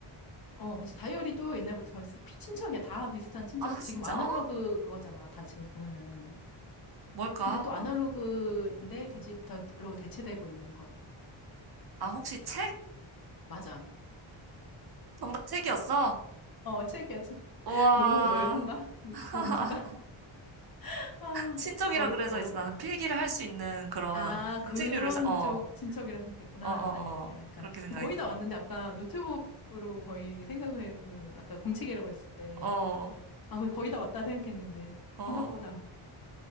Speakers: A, on the left; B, on the right.
A: 어, 그치, 다이어리도 옛날보다 덜 쓰, 피- 친척이야. 다 비슷한 친척들.
B: 아, 진짜?
A: 지금 아날로그
B: 어?
A: 그거잖아. 다 지금 보면은.
B: 뭘까?
A: 근데 또 아날로그인데
B: 어?
A: 디지털로
B: 어.
A: 대체되고 있는 것.
B: 아, 혹시 책?
A: 맞아.
B: 정답 책이었어?
A: 어, 책이야, 책.
B: 우와.
A: <laughs> 너무 넓은가?
B: <laughs>
A: 밑 범주가? <laughs> 아,
B: 친척이라
A: 어려,
B: 그래서
A: 어렵구나.
B: 이제 나는 필기를 할 수 있는 그런
A: 아,
B: 공책류를,
A: 그런
B: 사- 어,
A: 쪽 친척이라 생각했구나.
B: 어, 어,
A: 아니야,
B: 어.
A: 아니야. 약간.
B: 그렇게 생각했지.
A: 거의 다 왔는데, 아까 노트북으로 거의 생각을, 그, 아까 공책이라고 했을 때.
B: 어,
A: 아, 그래, 거의 다 왔다 생각했는데.
B: 어.
A: 생각보다.